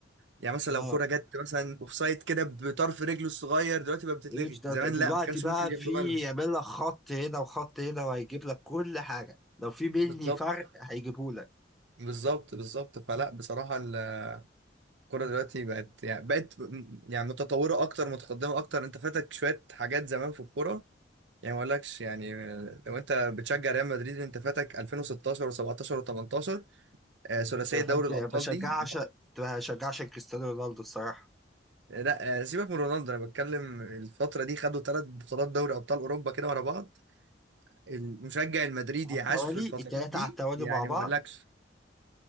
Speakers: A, on the right; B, in the centre.
A: يعني مثلا
B: اه
A: لو كرة جت مثلا اوفسايد كده بطرف رجله الصغير دلوقتي بقى بتتلغي
B: مش ده-
A: زمان
B: دلوقتي
A: لا ما كانش
B: بقى
A: ممكن
B: في
A: ياخدوا بالهم
B: يعمل لك خط هنا وخط هنا وهيجيب لك كل حاجه لو في بيني
A: بالظبط
B: فرق هيجيبه لك
A: بالظبط بالظبط فلا بصراحة الكرة دلوقتي بقت يعني بقت م- يعني متطورة أكتر متقدمة أكتر أنت فاتك شوية حاجات زمان في الكورة يعني ما أقولكش يعني آه، لو أنت بتشجع ريال مدريد أنت فاتك 2016 و17 و18 ثلاثية
B: كنت بحب
A: دوري الأبطال
B: بشجع
A: دي
B: عشان كنت بشجع عشان كريستيانو رونالدو الصراحه
A: لا آه، سيبك من رونالدو انا بتكلم الفتره دي خدوا ثلاث بطولات دوري ابطال اوروبا كده ورا بعض المشجع المدريدي
B: على التوالي
A: عاش في الفترات
B: التلاته
A: دي
B: على التوالي
A: يعني
B: مع بعض
A: ما اقولكش